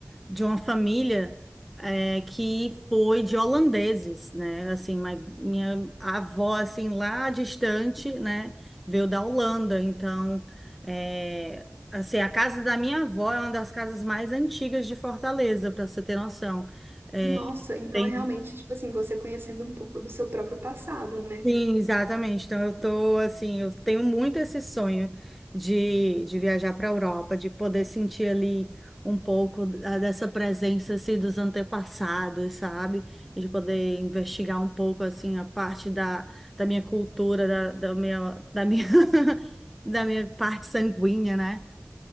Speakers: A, in the centre; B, on the right.
A: de uma família é, que foi de holandeses, né? Assim, ma- minha avó assim lá distante, né, veio da Holanda. Então, é, assim, a casa da minha avó é uma das casas mais antigas de Fortaleza, para você ter noção. É,
B: Nossa, então
A: tem,
B: é realmente, tipo assim, você conhecendo um pouco do seu próprio passado, né?
A: Sim, exatamente. Então eu tô assim, eu tenho muito esse sonho de, de viajar para a Europa, de poder sentir ali um pouco da- dessa presença assim dos antepassados, sabe? E de poder investigar um pouco assim a parte da, da minha cultura, da, da minha da minha <laughs> da minha parte sanguínea, né?